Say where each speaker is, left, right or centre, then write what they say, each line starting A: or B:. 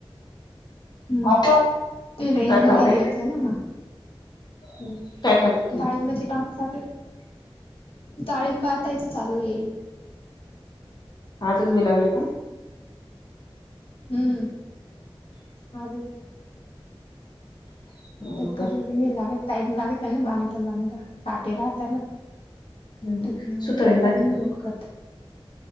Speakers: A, on the left; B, on the left.
A: हम्म
B: अ
A: ते रेंज
B: काय
A: मध्ये
B: करते
A: यायचं ना मग
B: ह् काय करते तू
A: तांबाचे काम चालू ताळम बांधायच चालू येईल
B: आजच भी लागले काय.
A: हम्म आ.
B: हो
A: तर त्याला
B: का
A: लागत टाइम लागेत ना बांधता बांधता काटे राहता ना.
B: हम्म
A: त्याची
B: सुतळी
A: पटपट
B: बांध
A: नाही ओळखत.